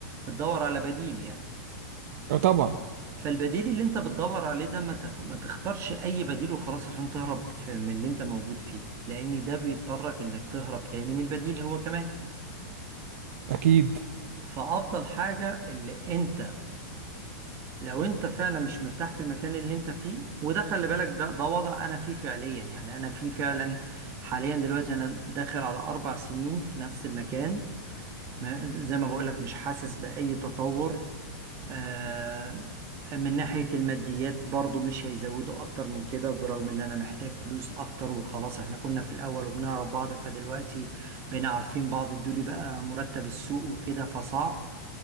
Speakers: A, on the right; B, on the right.
A: بتدور على بديل يعني
B: اه طبعا
A: فالبديل اللي انت بتدور عليه ده ما تخ... ما تختارش اي بديل وخلاص عشان تهرب في... من اللي انت موجود فيه لان ده بيضطرك انك تهرب تاني من البديل هو كمان
B: اكيد
A: فافضل حاجة اللي انت لو انت فعلا مش مرتاح في المكان اللي انت فيه وده خلي بالك ده ده وضع انا فيه فعليا يعني انا فيه فعلا حاليا دلوقتي انا داخل على اربع سنين في نفس المكان ما... زي ما بقولك مش حاسس باي تطور آه، من ناحية الماديات برضو مش هيزودوا أكتر من كده برغم إن أنا محتاج فلوس أكتر وخلاص إحنا كنا في الأول وبنعرف بعض فدلوقتي بقينا عارفين بعض الدولي بقى مرتب السوق وكده فصعب